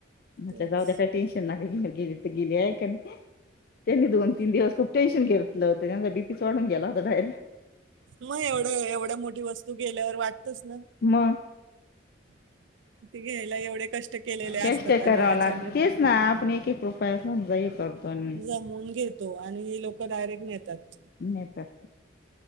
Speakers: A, on the left; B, on the right.
A: म्हटलं
B: तेच
A: जाऊ द्या काय टेन्शन नका घेऊ गेली तर गेली आहे का नाही. त्यांनी दोन तीन दिवस खूप टेनशन घेतलं होत त्याचा बी पीच वाढून गेला होता डायरेक्ट.
B: मग एवढं एवढ्या मोठी वस्तू गेल्यावर वाटतच ना.
A: मग
B: <inaudible> घ्यायला एवढे कष्ट केलेले
A: कष्ट
B: असतात आणि
A: करावं
B: अचानक
A: लागत तेच ना आपण एक एक रुपया समजा हे करतो आणि
B: जमवून घेतो आणि लोक डायरेक्ट नेतात.
A: नेतात.